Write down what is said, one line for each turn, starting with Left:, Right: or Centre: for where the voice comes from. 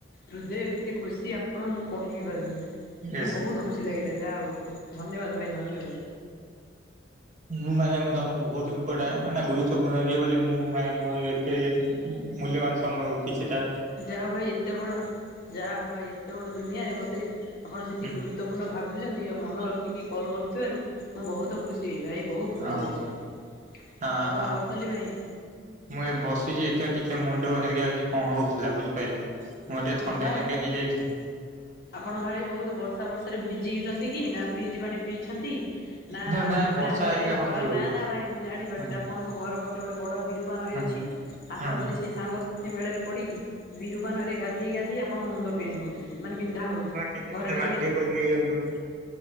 Left: ହୃଦୟ କେତେ ଖୁସି, ଆପଣଙ୍କୁ ମୁଁ କହିବି ପାରୁନି, ମାନେ
Right: ୟେସ୍।
Left: ବହୁତ ଖୁସି। ଖୁସି ଲାଗିଲା, ଯାହା ହଉ, ଧନ୍ୟବାଦ ଭାଇ ଧନ୍ୟବାଦ।
Right: ମୁଁ ମାନେ, ମୁଁ ତମକୁ ବହୁତ ଇପୋର୍ଟାଣ୍ଟ, ମାନେ ଗୁରୁତ୍ୱପୂର୍ଣ୍ଣ ଦିଏ ବୋଲି ମୁଁ ମାନେ ମୋର ସେ ମୂଲ୍ୟବାନ ସମୟକୁ କିିଛିଟା
Left: ଯାହା ହେଉ ଭାଇ ଏତେ ବଡ଼, ଯାହା ହଉ ଭାଇ, ଏତେ ବଡ଼ ଦୁନିଆରେ ମତେ ଆପଣ ସେତିକି
Right: ହଁ
Left: ଗୁରୁତ୍ୱପୂର୍ଣ୍ଣ ଭାବୁଚନ୍ତି, ଆଉ ମନେ ରଖିକି କଲ୍ କରୁଥିବାରୁ ମୁଁ ବହୁତ ଖୁସି, ଭାଇ ବହୁତ
Right: ହଁ
Left: ଖୁସି ଅଛି। ଆଉ
Right: ହଁ ହଁ
Left: କଣ କରୁଛନ୍ତି ଭାଇ?
Right: ମୁଁ ଏଇ ବସିଚି ଏକା, ଟିକେ ମୁଣ୍ଡ ହେରିକା ଆଜି କଣ ହଉଥିଲା? ବୁଝିପାଇଲେ? ମୁଁ ଟିକେ
Left: ହଁ
Right: ଥଣ୍ଡା
Left: କଣ
Right: ହେରିକା ହେଇଯାଇଚି।
Left: ଆପଣ ଭାଇ ବହୁତ ବର୍ଷା ଫର୍ଷାରେ ଭିଜିଚନ୍ତି କି? ନା ଫ୍ରିଜ୍ ପାଣି ପିଇଛନ୍ତି। ନା
Right: ତ ନାଇଁ
Left: ମାନେ
Right: ବର୍ଷା
Left: ନଈରେ
Right: ହେରିକା ହଉଛି
Left: ଖରା,
Right: ଆଉ।
Left: ନାଁ ନାଁ ଭାଇ ମୁଁ ଜାଣି ପାରୁଚି।
Right: ହୁଁ
Left: ଆପଣଙ୍କ ଘର ପାଖରେ ଗୋଟେ ବଡ଼ ବିରୁପା ନଇ
Right: ହୁଁ
Left: ଅଛି, ଆପଣ
Right: ହୁଁ
Left: ବୋଧେ ସେଇ ସାଙ୍ଗସାଥି ମେଳରେ ପଡ଼ିକି ବିରୁପା ନଇରେ ଗାଧେଇ ଗାଧେଇ, ଆପଣଙ୍କ ମୁଣ୍ଡ ପେନ୍ ହେଉଚି। ମାନେ ବିନ୍ଧା ହେଉଚି।
Right: ହଁ ବା କେତେ
Left: ଘରେ
Right: ପିଲା
Left: ଟିକେ
Right: ବାଧ୍ୟ କରି ନେଇଯାଉଛନ୍ତି।